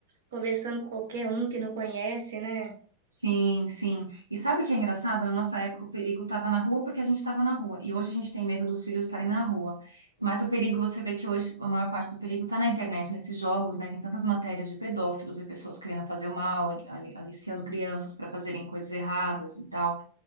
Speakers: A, on the right; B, on the right.
A: conversando com qualquer um que não conhece, né?
B: Sim, sim. E sabe o que é engraçado? Na nossa época, o perigo estava na rua porque a gente estava na rua. E hoje a gente tem medo dos filhos estarem na rua. Mas o perigo, você vê que hoje a maior parte do perigo está na internet, nesses jogos, né? Tem tantas matérias de pedófilos e pessoas querendo fazer o mal, ali- aliciando crianças para fazerem coisas erradas e tal.